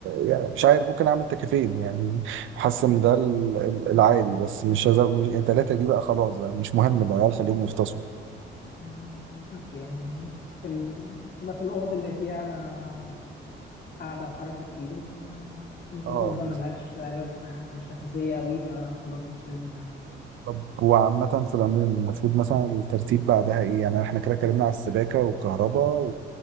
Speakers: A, on the right; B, on the left.
A: يعني مش عارف ممكن اعمل تكافين يعني حاسس ان ده ال- ال- العادي بس مش هزق مش التلاته دي بقى خلاص بقى مش مهم العيال خليهم يفتصوا
B: <laughs> ما بالظبط يعني في ال... تبقى في الأوض اللي فيها قعدة وحركة كتير وإنما ممكن
A: اه
B: أوضة
A: بالظبط
B: ملهاش لازمة مش أساسية أوي فخلاص مش لازم
A: طب وعامة في العموم المفروض مثلا الترتيب بعدها ايه يعني احنا كده اتكلمنا على السباكة والكهرباء